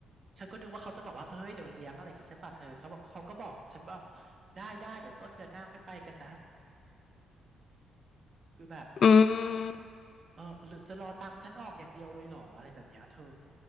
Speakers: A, on the right; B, on the left.
A: ฉันก็นึกว่าเขาจะบอกว่าเอ้ยเดี๋ยวเลี้ยงอะไรอย่างงี้ใช่ป่ะเธอเขาบอกเขาก็บอกฉันบอกได้ได้เดี๋ยวต้นเดือนหน้าค่อยไปกันนะคือแบบ
B: อืม
A: เออหรือจะรอตังค์ฉันออกอย่างเดียวเลยเหรออะไรแบบเนี้ยเธอ